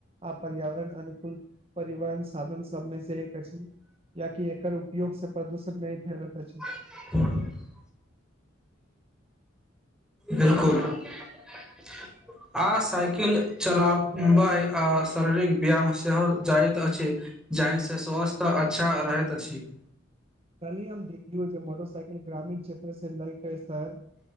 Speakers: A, on the right (about 30°); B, in the centre.
A: आ पर्यावरण अनुकूल परिवहन साधन सबमे से एक अछि यियाकि एकर उपयोग से प्रदूषण नहि फैलैत अछि। <unintelligible>
B: ह। <unintelligible> बिलकुल <unintelligible> आ साइकिल चलाबय आ शारीरिक व्यायाम सेहो जाइत अछि जाहिसँ स्वास्थ्य अच्छा रहैत अछि। <unintelligible>
A: कली हम देखिय जे मोटरसाइकिल ग्रामीण क्षेत्र। लई क स्थान